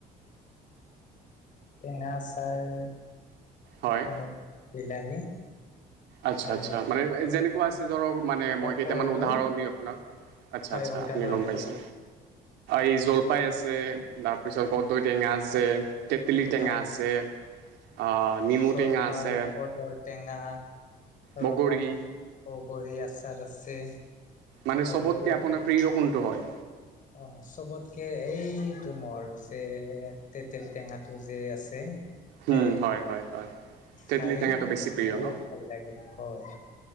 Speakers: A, on the left; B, on the right.
A: টেঙা আচাৰ,
B: হয়
A: মানে বিলাহী
B: আচ্ছা
A: আৰু
B: আচ্ছা মানে যেনেকুৱা আছে ধৰক মানে, মই কেইটামান
A: কৰ্দৈ
B: উদাহৰণ দিওঁ আপোনাক। আচ্ছা
A: হয়
B: আচ্ছা,
A: উদাহৰণ
B: আপুনি গম পাইছে
A: দিয়ে
B: এই জলপাই আছে, তাৰপিছত কদৈ টেঙা আছে, তেতেলী টেঙা
A: হয়
B: আছে, অ নিমু
A: জলফাই
B: টেঙা আছে,
A: কৰ্দৈ টেঙা
B: বগৰী
A: ৰবাব, বগৰী আচাৰ আছে,
B: মানে
A: বগৰী
B: চবতকে
A: আচাৰ
B: আপোনাৰ প্ৰিয় কোনটো হয়?
A: অ চবতকে এইটো মোৰ যে, তেতেলী টেঙাটো যে আছে। সেইটো
B: উম হয় হয় হয়। তেতেলী
A: খাই
B: টেঙাটো বেছি
A: বহুত
B: প্ৰিয় ন
A: ভাল লাগে হয়,